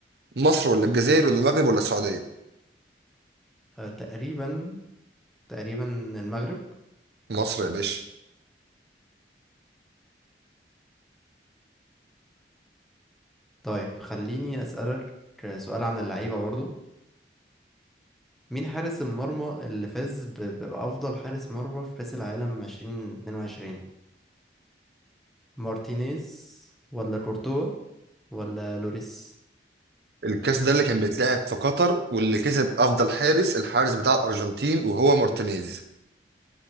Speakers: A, on the right (about 60°); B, in the centre.
A: مصر ولا الجزائر ولا المغرب ولا السعودية؟
B: آه تقريبا تقريبا المغرب
A: مصر يا باشا
B: طيب خليني أسألك سؤال عن اللعيبة برضو مين حارس المرمى اللي فاز ب- بأفضل حارس مرمى في كأس العالم 2022 مارتينيز ولا كورتوا ولا لوريس
A: الكأس ده اللي كان بيتلعب في قطر واللي كسب أفضل حارس الحارس بتاع الأرجنتين وهو مارتينيز